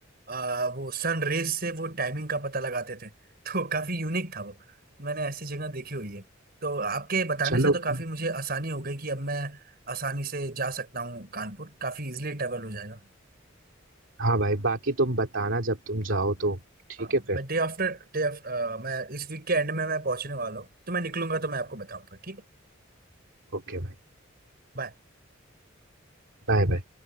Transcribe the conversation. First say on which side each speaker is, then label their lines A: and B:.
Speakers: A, on the right; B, on the right.
A: आ, वो सन रेज से वो टाइमिंग का पता लगाते थे <laughs> तो काफी यूनिक था वो मैंने ऐसी जगह देखी हुई है तो आपके बताने
B: चलो
A: से तो काफी
B: <laughs>
A: मुझे आसानी हो गई कि अब मैं आसानी से जा सकता हूँ कानपुर काफी इजिली ट्रेवल हो जाएगा
B: हाँ भाई बाकी तुम बताना जब तुम जाओ तो ठीक
A: हाँ
B: है फिर
A: मैं डे आफ्टर डे मैं इस वीक के एंड में मैं पहुंचने वाला हूँ तो मैं निकलूंगा तो मैं आपको बताऊंगा ठीक है
B: ओके भाई
A: बाय।
B: Bye bye